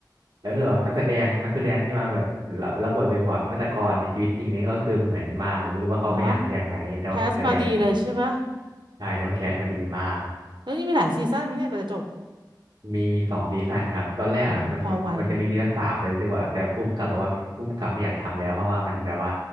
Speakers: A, on the right; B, on the right.
A: แล้วคือแบบนักแสดงนักแสดงที่มาแบบรับรับบทเป็นแบบฆาตกรในชีวิตจริงนี่ก็คือเหมือนมากผมไม่รู้ว่าเขาไปหามาจากไหนแต่ว่าแสดงเหมือน
B: เนาะแคสมาดีเลยใช่ปะ
A: ใช่แต่ว่าแคสมาดีมาก
B: แล้วนี่มีหลายซีซั่นไหมเนี่ยก็จะจบ
A: มีสองซีซั่นครับตอนแรกอะมันมันจะมีซีซั่นสามแต่รู้สึกว่าแต่ผู้กำกับบอกว่าผู้กำกับไม่อยากทำแล้วเพราะว่ามันแบบว่า
B: อ๋อพอไหว